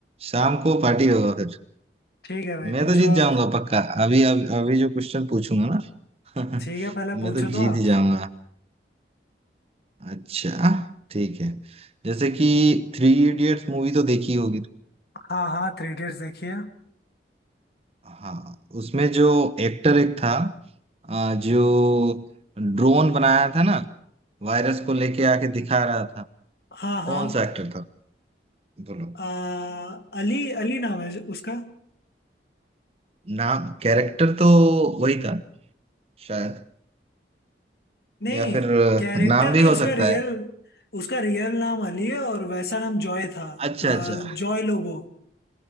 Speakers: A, on the right; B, on the left.
A: शाम को पार्टी होगा फिर
B: ठीक है भाई
A: मैं
B: पूछो
A: तो जीत
B: आप
A: जाऊंगा पक्का अभी अभी, अभी जो क्वेश्चन पूछूंगा ना <laughs>
B: ठीक है पहले
A: मैं
B: पूछो
A: तो जीत
B: तो आप
A: ही जाऊंगा अच्छा ठीक है जैसे कि थ्री इडियट्स मूवी तो देखी होगी
B: हाँ हाँ थ्री इडियट्स देखिए
A: हाँ उसमें जो एक्टर एक था आ, जो ड्रोन बनाया था ना वायरस को लेके आके दिखा रहा था
B: हाँ हाँ
A: कौन सा एक्टर था बोलो
B: आ, अली अली नाम है उसका
A: नाम कैरेक्टर तो वही था शायद
B: नहीं
A: या फिर अ,
B: कैरेक्टर
A: नाम भी
B: नहीं
A: हो
B: उसका
A: सकता
B: रियल
A: है
B: उसका रियल नाम अली है और वैसा नाम जॉय था
A: अच्छा
B: आ,
A: अच्छा
B: जॉय लोबो